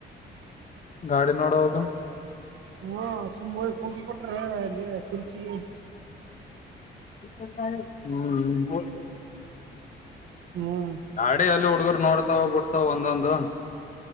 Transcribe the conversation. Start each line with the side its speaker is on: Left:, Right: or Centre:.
Left: ಗಾಡಿ ನೋಡಹುದು
Right: ಹ ಸುಮ್ಮ ಹೋಗ್ ಕುಂತ್ ಬಿಟ್ರೆ ಇ ಕುರ್ಚಿ.
Left: <unintelligible> ಹ್ಮ್
Right: ಹ್ಮ್
Left: ಗಾಡಿ ಎಲ್ಲಿ ಹುಡುಗರು ನೋಡ್ ನೋಡ್ತವ ಬಿಡ್ತಾವ ಒಂದೊಂದು